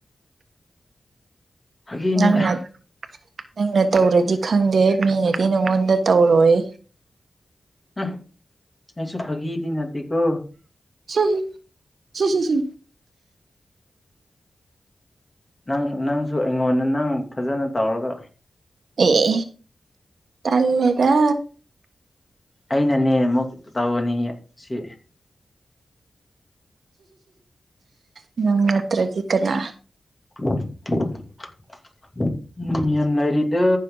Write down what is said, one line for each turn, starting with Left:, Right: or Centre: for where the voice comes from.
Left: ꯍꯥꯏꯦꯅꯦꯗ
Right: ꯅꯪꯅ ꯅꯪꯅ ꯇꯧꯔꯗꯤ ꯈꯪꯗꯦ ꯃꯤꯅꯗꯤ ꯅꯪꯉꯣꯟꯗ ꯇꯧꯔꯣꯏ
Left: ꯎꯝ ꯑꯩꯁꯨ ꯐꯒꯤꯗꯤ ꯅꯠꯇꯦꯀꯣ
Right: ꯁꯤ ꯁꯤ
Left: ꯅꯪ ꯅꯪꯁꯨ ꯑꯩꯉꯣꯟꯗ ꯅꯪ ꯐꯖꯅ ꯇꯧꯔꯒ
Right: ꯑꯦ ꯇꯂꯦꯗ
Left: ꯑꯩꯅꯅꯦ ꯑꯃꯨꯛ ꯇꯧꯅꯤ ꯁꯤ
Right: ꯎꯝ ꯅꯠꯇ꯭ꯔꯒꯤ ꯀꯅꯥ
Left: <unintelligible> ꯃꯤ ꯌꯥꯝ ꯂꯩꯔꯤꯗꯨ